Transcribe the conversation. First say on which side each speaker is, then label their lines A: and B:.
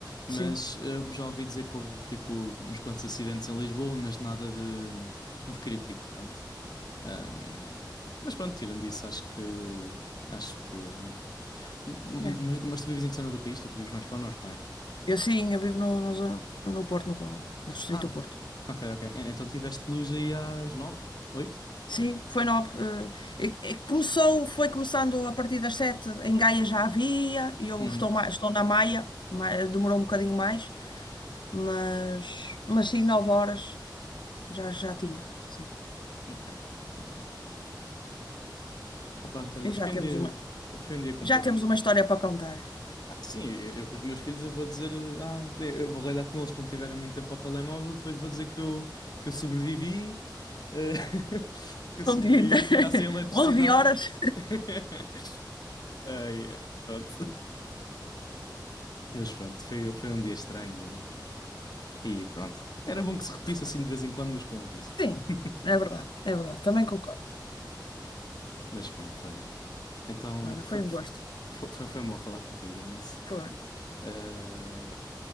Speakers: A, on the left (about 55°); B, on the left (about 75°).
A: Mas
B: Sim.
A: eh, já ouvi dizer que houve tipo uns quantos acidentes em Lisboa, mas nada de, de crítico, pronto. Ahm, mas pronto, tirando isso, acho que acho que nada. M- m-
B: É.
A: Mas, mas tu vives em que zona do país? Tu, tu vives mais para o norte, não é?
B: Eu sim, eu vivo no, na zona- no Porto, no, no Distrito
A: Ah,
B: do Porto.
A: ok, ok. E- Então tiveste luz aí às nove? Oito?
B: Sim, foi nove. eh, e- e começou, foi começando a partir das sete. Em Gaia já havia, e eu
A: Uhum.
B: estou, ma- estou na Maia, ma- demorou um bocadinho mais, mas, mas sim, nove horas já, já tinha. Sim.
A: Ok, ok. Ah, pronto, olha,
B: E
A: foi
B: já temos
A: um dia,
B: uma,
A: foi um dia complicado.
B: já temos uma história para contar.
A: Sim, eu, eu com os meus filhos eu vou dizer, eh, ah, eu vou ralhar com eles quando tiverem muito tempo ao telemóvel, depois vou dizer que eu, que eu sobrevivi, eh, <laughs>
B: <laughs>
A: que eu sobrevivi
B: Um dia inteiro.
A: a ficar sem eletricidade.
B: <laughs> Onze horas.
A: <laughs> Ai, ai, pronto. <laughs> Mas pronto, foi, foi um dia estranho e, e pronto. Era bom que se repetisse
B: Foi.
A: assim de vez em quando, mas com aviso.
B: Sim,
A: <laughs>
B: é verdade, é verdade. Também concordo.
A: Mas pronto, olha. Então
B: Olha,
A: foi,
B: foi um gosto.
A: foi, foi, foi bom falar contigo, Eunice.
B: Foi.
A: Eh,